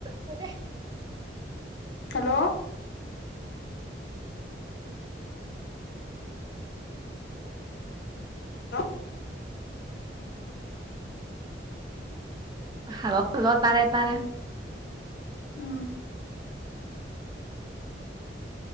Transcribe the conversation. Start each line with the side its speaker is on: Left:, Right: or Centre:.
Right: ꯐꯔꯦ
Left: ꯍꯜꯂꯣ
Right: ꯎꯝ <inaudible>
Left: ꯑ <inaudible>
Right: hello hello ꯇꯥꯔꯦ ꯇꯔꯦ
Left: ꯎꯝ